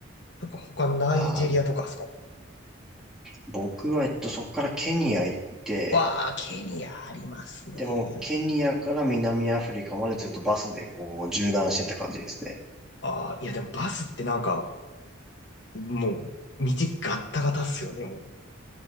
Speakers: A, on the left; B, in the centre.
A: とか他ナイジェリアとかですか
B: あー、僕は、えっと、そこからケニア行って、
A: わあ、ケニアありますね。
B: でも、ケニアから南アフリカまでずっとバスでこう、縦断してった感じですね。
A: ああ、いやでもバスってなんか、もう、道ガッタガタっすよね、もう。